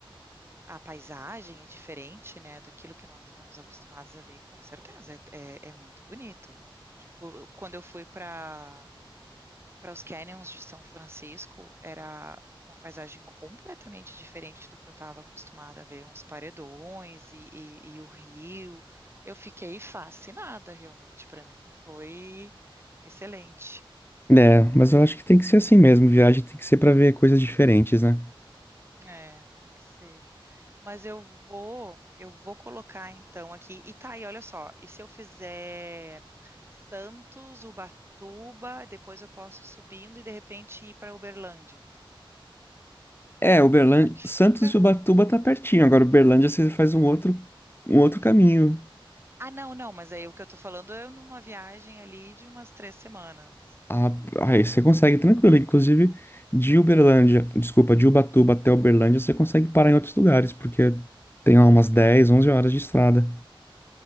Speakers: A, on the right; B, on the left.
A: a paisagem é diferente, né, daquilo que nós estamos acostumados a ver, com certeza, é, é, é muito bonito. Tipo, quando eu fui para para os canyons de São Francisco, era uma paisagem completamente diferente do que eu estava acostumada a ver, uns paredões e, e, e o rio. Eu fiquei fascinada, realmente, para mim foi excelente.
B: É, mas eu acho que tem que ser assim mesmo, viagem tem que ser pra ver coisas diferentes, né?
A: É, tem que ser. Mas eu vou, eu vou colocar então aqui. E tá aí, olha só. E se eu fizer Santos, Ubatuba, depois eu posso subindo e de repente ir para Uberlândia.
B: É, Uberlândia,
A: Será que fica?
B: Santos e Ubatuba tá pertinho, agora Uberlândia você faz um outro, um outro caminho.
A: Ah, não, não, mas aí o que eu tô falando é numa viagem ali de umas três semanas.
B: Ah, aí você consegue tranquilo, inclusive de Uberlândia, desculpa, de Ubatuba até Uberlândia você consegue parar em outros lugares, porque tem lá umas 10, 11 horas de estrada.